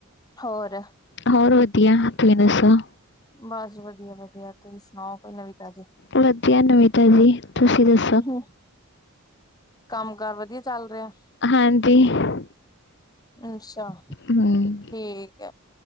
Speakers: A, on the left; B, on the left.
A: ਹੋਰ
B: ਹੋਰ ਵਧੀਆ, ਤੁਸੀਂ ਦੱਸੋ
A: ਬਸ ਵਧੀਆ-ਵਧੀਆ। ਤੁਸੀਂ ਸੁਣਾਓ, ਕੋਈ ਨਵੀ ਤਾਜ਼ੀ।
B: ਵਧੀਆ ਨਵੀ ਤਾਜੀ, ਤੁਸੀਂ ਦੱਸੋ
A: ਹੋ ਕੰਮ ਕਾਰ ਵਧੀਆ ਚੱਲ ਰਿਹਾ
B: ਹਾਂਜੀ
A: ਅੱਛਾ,
B: ਹੂੰ।
A: ਠੀਕ